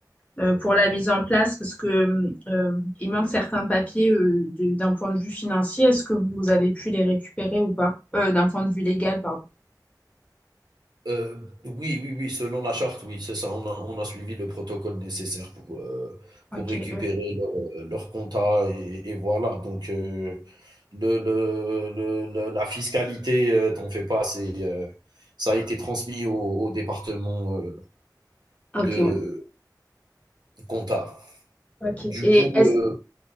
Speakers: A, on the left (about 20°); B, on the right (about 70°).
A: euh, pour la mise en place parce que euh, il manque certains papiers euh, de- d'un point de vue financier. Est-ce que vous avez pu les récupérer ou pas? Euh, d'un point de vue légal, pardon.
B: heu, oui, oui, oui, selon la charte, oui, c'est ça. On a on a suivi le protocole nécessaire pour, heu,
A: Ok,
B: pour récupérer
A: euh,
B: leur, heu, leur compta et et voilà donc heu, le le le le la fiscalité, heu, t'en fais pas, c'est, heu, ça a été transmis au au département, heu,
A: ok,
B: de compta.
A: ok.
B: Du
A: Et
B: coup,
A: est-ce
B: heu,